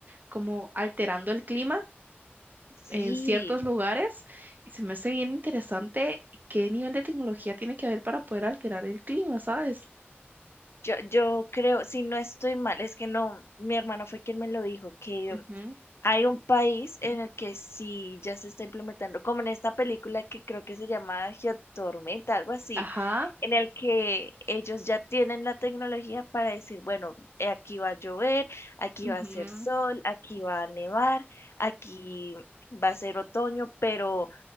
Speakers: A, on the right (about 45°); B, on the left (about 80°).
A: como alterando el clima.
B: sí.
A: en ciertos lugares y se me hace bien interesante qué nivel de tecnología tiene que haber para poder alterar el clima, ¿sabes?
B: Yo, yo creo, si no estoy mal, es que no, mi hermano fue quien me lo dijo, que
A: Ujú.
B: hay un país en el que sí ya se está implementando, como en esta película que creo que se llama Geotormenta, algo así,
A: Ajá.
B: en el que ellos ya tienen la tecnología para decir, bueno, eh, aquí va a llover, aquí
A: Ujú,
B: va a hacer sol, aquí va a nevar, aquí va a ser otoño, pero